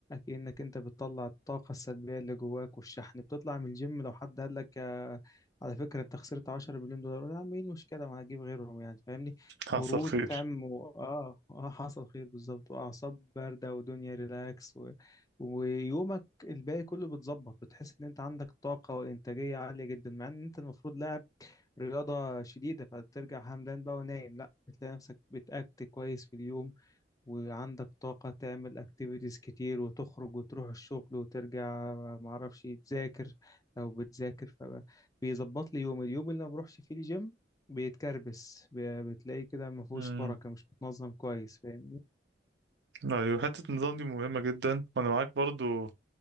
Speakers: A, on the left; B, on the right.
A: كأنك انت بتطلع الطاقة السلبية اللي جواك والشحن بتطلع من الجيم لو حد قال لك آه، على فكرة انت خسرت 10 مليون دولار قول يا عم ايه المشكلة ما هجيب غيرهم يعني فاهمني برود
B: حصل خير
A: تام و... اه اه حصل خير بالظبط واعصاب باردة ودنيا ريلاكس و... ويومك الباقي كله بتظبط بتحس ان انت عندك طاقة وانتاجية عالية جدا مع ان انت المفروض لاعب رياضة شديدة فترجع همدان بقى ونايم لا بتلاقي نفسك بتأكت كويس في اليوم وعندك طاقة تعمل اكتيفيتيز كتير وتخرج وتروح الشغل وترجع معرفش تذاكر لو بتذاكر فبيظبط لي يوم اليوم اللي ما بروحش فيه الجيم بيتكربس ب- بتلاقي كده ما فيهوش
B: امم
A: بركة مش متنظم كويس فاهم
B: ايوه حتة النظام دي مهمة جدا وانا معاك برضو